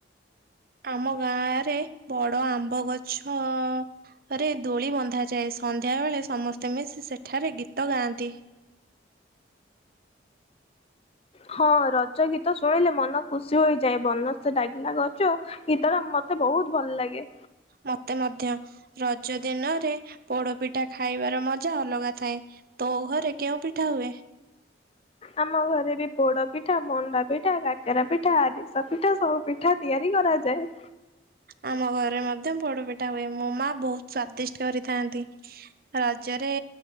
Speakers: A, on the right (about 50°); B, on the left (about 30°).
A: ଆମ ଗାଁ ରେ ବଡ ଆମ୍ବ ଗଛ ଆରେ ଦୋଳି ବନ୍ଧାଯାଏ, ସନ୍ଧ୍ୟାବେଳେ ସମସ୍ତେ ମିଶି ସେଠାରେ ଗୀତ ଗାଆନ୍ତି।
B: ହଁ ରଜ ଗୀତ ଶୁଣିଲେ ମନ ଖୁସି ହୋଇଯାଏ, ବନସ୍ତେ ଡାକିଲା ଗଜ। ଗୀତଟା ମତେ ବହୁତ ଭଲ ଲାଗେ।
A: ମତେ ମଧ୍ୟ, ରଜ ଦିନରେ ପୋଡ଼ପିଠା ଖାଇବାର ମଜା ଅଲଗା ଥାଏ। ତୋ ଘରେ କେଉଁ ପିଠା ହୁଏ?
B: ଆମ ଘରେ ବି ପୋଡ଼ ପିଠା, ମଣ୍ଡା ପିଠା, କାକେରା ପିଠା, ଆରିସା ପିଠା, ସବୁ ପିଠା ତିଆରି କରାଯାଏ।
A: ଆମ ଘରେ ମଧ୍ୟ ପୋଡ଼ ପିଠା ହୁଏ, ମୋ ମା ବହୁତ ସ୍ଵାଦିଷ୍ଟ କରିଥାନ୍ତି। ରଜରେ